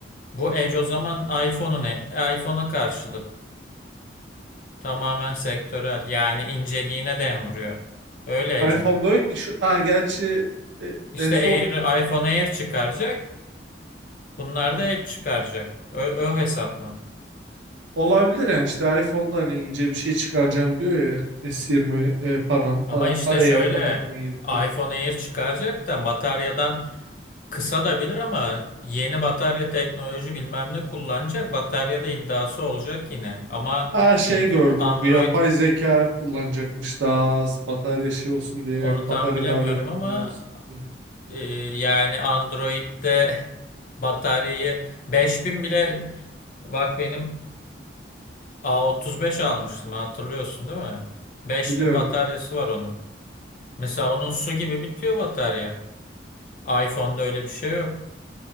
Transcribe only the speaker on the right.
iPhone'da
yok ki şu ha, gerçi e,
en son
olabilir yani işte iPhone'da hani ince bir şey çıkaracağım diyor ya S20 e, pardon
A-
A- Air
falan 17'de.
Ha şey
gördüm
bu yapay zeka kullanacakmış daha az batarya şey olsun diye yani
batarya
daha verimli
olsun diye.
Biliyorum.